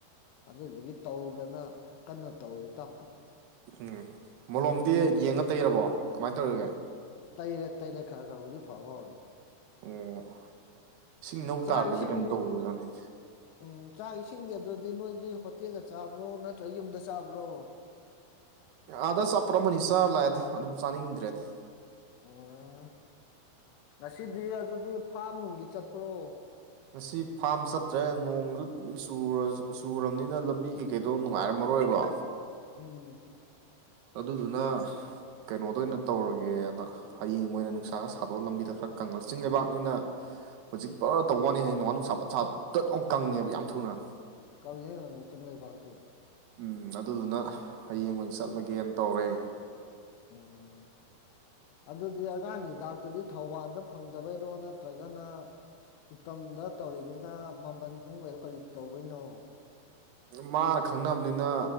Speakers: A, on the left (about 80°); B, on the right (about 75°).
A: ꯑꯗꯨꯗꯨꯒꯤ ꯇꯧꯗꯅ ꯀꯟꯅ ꯇꯧꯔꯤ ꯏꯇꯥꯎ
B: ꯎꯝ ꯃꯣꯂꯣꯝꯗꯤ ꯌꯦꯡꯉ ꯇꯩꯔꯕꯣ ꯀꯃꯥꯏꯅ ꯇꯧꯔꯤ
A: ꯇꯩꯔ ꯇꯩꯔ ꯈꯔ ꯈꯔꯕꯨꯗꯤ ꯐꯕ ꯍꯧꯔꯦꯗ
B: ꯑꯣ ꯏꯁꯤꯡ ꯏꯅꯧ
A: ꯆꯥꯛ
B: ꯇꯥꯔꯛꯄꯁꯦ
A: ꯏꯁꯤꯡꯗꯤ
B: ꯀꯩꯅꯣꯝ ꯇꯧꯕꯖꯥꯠꯅꯤ
A: ꯎꯝ ꯆꯥꯛ ꯏꯁꯤꯡꯗꯤ ꯑꯗꯨꯗꯤ ꯅꯣꯏꯗꯤ ꯍꯣꯇꯦꯜꯗ ꯆꯥꯕ꯭ꯔꯣ ꯅꯠꯇ꯭ꯔ ꯌꯨꯝꯗ ꯆꯥꯕ꯭ꯔꯣ
B: ꯑꯥꯗ ꯑꯆꯥꯄ‌ꯣꯠ ꯑꯃꯅꯤ ꯆꯥꯔ ꯂꯥꯛꯑꯦꯗ ꯑꯗꯨꯝ ꯆꯥꯅꯤꯡꯗ꯭ꯔꯦꯗ
A: ꯎꯝ ꯉꯁꯤꯗꯤ ꯑꯗꯨꯗꯤ ꯐꯥꯝ ꯅꯨꯡꯗꯤ ꯆꯠꯄ꯭ꯔꯣ
B: ꯉꯁꯤ ꯐꯥꯝ ꯆꯠꯇ꯭ꯔꯦ ꯅꯣꯡꯁꯨ ꯆꯨꯔꯕꯅꯤꯅ ꯂꯝꯕꯤ ꯀꯩꯀꯩꯗꯣ ꯅꯨꯡꯉꯥꯏꯔꯝꯃꯔꯣꯏꯕ
A: ꯎꯝ
B: ꯑꯗꯨꯗꯨꯅ ꯀꯩꯅꯣꯗ ꯑꯣꯏꯅ ꯇꯧꯔꯒꯦꯅ ꯍꯌꯦꯡ ꯑꯣꯏꯅ ꯅꯨꯡꯁꯥꯒ ꯁꯥꯗꯣꯛꯑ ꯂꯝꯕꯤꯗ ꯈꯔ ꯀꯪꯉ ꯆꯤꯡ ꯂꯩꯕꯥꯛꯅꯤꯅ ꯍꯧꯖꯤꯛ ꯄꯨꯔ ꯇꯧ ꯋꯥꯅꯤ ꯍꯌꯦꯡ ꯅꯣꯡꯋꯥꯥ ꯅꯨꯡꯁꯥ ꯄꯠꯁꯥꯞ ꯇꯠ ꯑꯃ ꯀꯪꯉꯦꯕ ꯌꯥꯝ ꯊꯨꯅ
A: ꯀꯪꯉꯦ ꯀꯪꯉꯦ ꯆꯤꯡ ꯂꯩꯕꯥꯛꯇꯤ
B: ꯎꯝ ꯑꯗꯨꯗꯨꯅ ꯍꯌꯦꯡ ꯑꯣꯏꯅ ꯆꯠꯂꯒꯦꯅ ꯇꯧꯔꯦ
A: ꯎꯝ ꯑꯗꯨꯗꯤ ꯑꯉꯥꯡꯒꯤ ꯍꯤꯗꯥꯛꯇꯨꯗꯤ ꯊꯧꯕꯥꯜꯗ ꯐꯪꯗꯕꯩꯔꯣ ꯅꯠꯇ꯭ꯔꯒꯅ ꯎꯇꯝꯗ ꯇꯧꯔꯤꯗꯨꯅ ꯃꯃꯜ ꯍꯣꯡꯕꯩꯔ ꯀꯔꯤ ꯇꯧꯕꯩꯅꯣ
B: ꯃꯥꯅ ꯈꯪꯅꯕꯅꯤꯅ